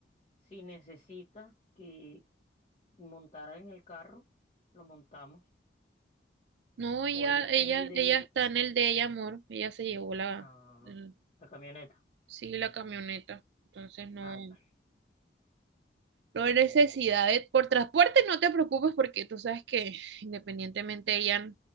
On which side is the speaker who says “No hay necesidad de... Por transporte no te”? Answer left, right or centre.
Right